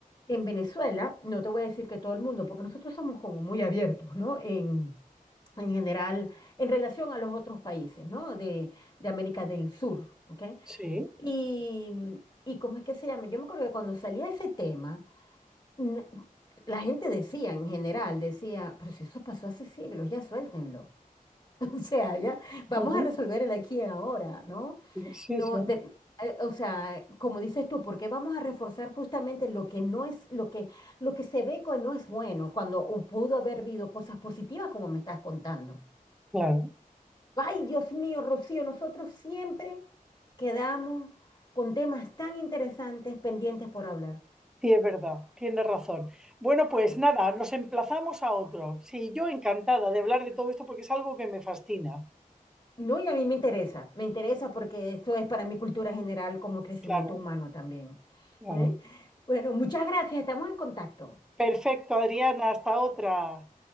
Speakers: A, on the left; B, in the centre.
A: en Venezuela, no te voy a decir que todo el mundo, porque nosotros somos como muy abiertos, ¿no? En, en general, en relación a los otros países, ¿no? De, de América del Sur, ¿ok?
B: Sí.
A: Y, y ¿cómo es que se llama? Yo me acuerdo que cuando salía ese tema, n- la gente decía, en general, decía, pero si eso pasó hace siglos, ya suéltenlo. <laughs> O sea, ya vamos
B: Ujú.
A: a resolver el aquí y ahora, ¿no?
B: Sí,
A: No,
B: sí,
A: de- eh, o sea, como dices tú, ¿por qué vamos a reforzar justamente lo que no es, lo que, lo que se ve que no es bueno, cuando pudo haber habido cosas positivas como me estás contando?
B: claro.
A: Ay, Dios mío, Rocío, nosotros siempre quedamos con temas tan interesantes pendientes por hablar.
B: Sí, es verdad, tienes razón. Bueno, pues nada, nos emplazamos a otro. Sí, yo encantada de hablar de todo esto porque es algo que me fascina.
A: No, y a mí me interesa, me interesa porque esto es para mi cultura general como crecimiento
B: Claro,
A: humano también.
B: claro.
A: ¿eh? Bueno, muchas gracias, estamos en contacto.
B: Perfecto, Adriana, hasta otra.